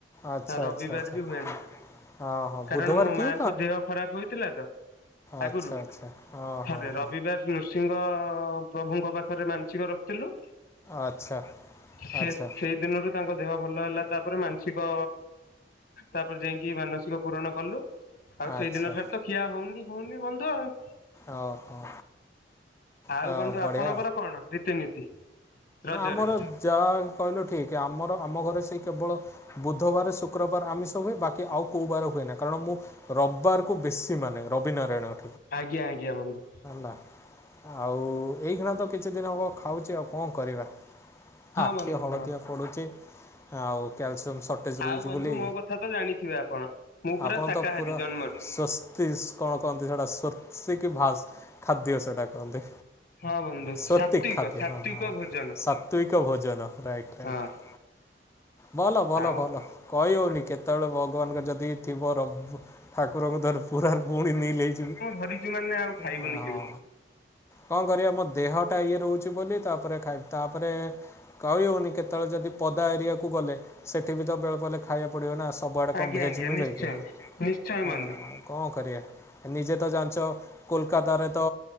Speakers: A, on the left; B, on the left.
A: ଆଚ୍ଛା
B: ଆ ରବିବାର
A: ଆଚ୍ଛା ଆଚ୍ଛା
B: ବି ହୁଏ ନା।
A: ହଁ ହଁ
B: କାରଣ
A: ବୁଧବାର
B: ମୋ
A: କିଏ
B: ମାଙ୍କ ଦେହ ଖରାପ ହେଇଥିଲା ତ ଆଗରୁ
A: ଆଛା ଆଛା ହଁ
B: ଥରେ ରବିବାର
A: ହଁ।
B: ନୃସିଂହ ପ୍ରଭୁଙ୍କ ପାଖରେ ମାନସିକ ରଖିଥିଲୁ।
A: ଆଚ୍ଛା।
B: ସେ
A: ଆଚ୍ଛା
B: ସେଇ ଦିନରୁ ତାଙ୍କ ଦେହ ଭଲ ହେଲା ତାପରେ ମାନସିକ ତାପରେ ଯାଇକି ମାନସିକ ପୂୁରଣ କଲୁ ଆଉ
A: ଆଚ୍ଛା
B: ସେଇଦିନ ଠାରୁ ତ ଖିଆ ହଉନି ହଉନି ବନ୍ଧୁ ଆଉ।
A: ଅ ହଁ।
B: ଆଉ
A: ହ
B: ବନ୍ଧୁ
A: ବଢିଆ
B: ଆପଣଙ୍କର କଣ ରୀତିନୀତି? ରଜରେ
A: ଆମର ଯା କହିଲୁ ଠିକ୍ ଆମର ଆମ ଘରେ ସେ କେବଳ ବୁଧବାର ଶୁକ୍ରବାର ଆମିଷ ହୁଏ ବାକି ଆଉ କୋଉ ବାର ହୁଏ ନା କାରଣ ମୁଁ ରବିବାର କୁ ବେଶୀ ମାନେ ରବିିନାରାୟଣ
B: ଆଜ୍ଞା ଆଜ୍ଞା ବନ୍ଧୁ।
A: ଆଉ ଏଇନା ତ କିଛି ଦିନ ହେବ ଖାଉଛି ଆଉ କଣ କରିବି।
B: ହଁ
A: ଆଖି
B: ବନ୍ଧୁ
A: ହଳଦିଆ
B: ହଁ
A: ପଡୁଚି। ଆଉ କ୍ୟାଲସିୟମ ସର୍ଟେଜ
B: ଆଉ
A: ରହୁଛି
B: ବନ୍ଧୁ
A: ବୋଲି
B: ମୋ କଥା ତ ଜାଣିଥିବେ ଆପଣ ମୁଁ ପୁରା
A: ଆପଣ
B: ଶାକାହାରୀ
A: ତ ପୁରା
B: ଜନ୍ମରୁ
A: ସ୍ଵସ୍ତି କଣ କହନ୍ତି ସେଟା ସ୍ଵସ୍ତି କି ଭାଷ ଖାଦ୍ୟ ସେଟା କହନ୍ତି।
B: ହଁ ବନ୍ଧୁ
A: ସ୍ଵତିକ
B: ସାତ୍ଵିକ
A: ଖାଦ୍ୟ
B: ସାତ୍ଵିକ
A: ହଁ ହଁ ହ
B: ଭୋଜନ
A: ସାତ୍ଵିକ ଭୋଜନ ରାଇଟ୍ ରାଇଟ।
B: ହଁ
A: ଵଲ ବଲ
B: ଆଉ
A: ବଲ। କଇହଉନି କେତେବେଳେ ଭଗବାନଙ୍କ ଯଦି ଥିବ ରବ ଠାକୁରଙ୍କୁ ଧର ପୁରା ପୁଣି ନିଲ୍‌ ହେଇଯିବି।
B: ଧରିଚୁ ମାନେ ଆଉ ଖାଇବୁନି
A: ଏ ହଁ।
B: କେବେ
A: କଅଁ କରିବା ମୋ ଦେହ ଟା ଇଏ ରହୁଛି ବୋଲି ତାପରେ ଖାଇବି ତାପରେ କହି ହଉନି କେତେବେଳେ ଯଦି ପଦା ଏରିଆକୁ ଗଲେ ସେଠି ବି ତ ବେଳେ ବଳେ ଖାଇବା ପଡିବ ନା ଆସ ସବୁଆଡେ କଣ
B: ଆଜ୍ଞା
A: ଭେଜ୍‌
B: ଆଜ୍ଞା
A: ମିଳେ
B: ନିଶ୍ଚୟ
A: କିି
B: ନିଶ୍ଚୟ
A: ହେଲା
B: ବନ୍ଧୁ
A: କଣ କରିବା ନିଜେ ତ ଜାଣିଛ କୋଲକାତାରେ ତ